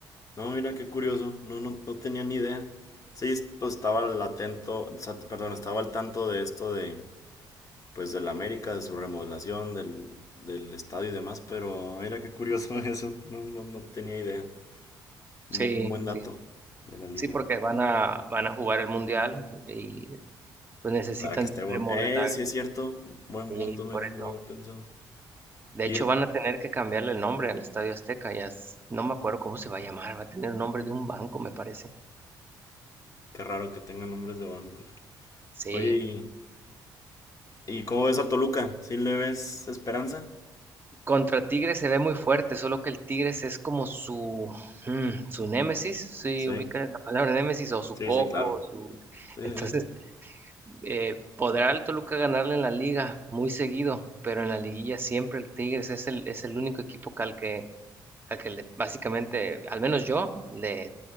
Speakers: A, on the left; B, on the right.
A: No, mira, qué curioso. No, no, no tenía ni idea. Sí, pues estaba al atento, o sea, perdón, estaba al tanto de esto de, pues, del América, de su remodelación, del, del estadio y demás, pero mira qué curioso <laughs> eso. No, no, no tenía idea.
B: sí,
A: Un, bu- un buen dato
B: sí,
A: de la liga.
B: sí, porque van a, van a jugar el Mundial y pues necesitan
A: Para que esté bueno.
B: remodelar.
A: Eh, sí es cierto. Buen
B: Sí,
A: punto, mira,
B: por eso.
A: no lo había pensado.
B: De
A: Y
B: hecho,
A: el-
B: van a tener que cambiarle el nombre al Estadio Azteca. Ya s- no me acuerdo cómo se va a llamar, va a tener el nombre de un banco, me parece.
A: qué raro que tengan nombres de bancos.
B: Sí.
A: Oye, y ¿Y cómo ves al Toluca? ¿Sí le ves esperanza?
B: Contra Tigres se ve muy fuerte, solo que el Tigres es como su, mm, su némesis, si
A: Sí,
B: ubica la palabra némesis, o su
A: sí,
B: coco,
A: sí, claro.
B: su...
A: Sí,
B: Entonces,
A: sí, sí.
B: eh, podrá el Toluca ganarle en la liga muy seguido, pero en la liguilla siempre el Tigres es el, es el único equipo que al que, al que le- básicamente, al menos yo, le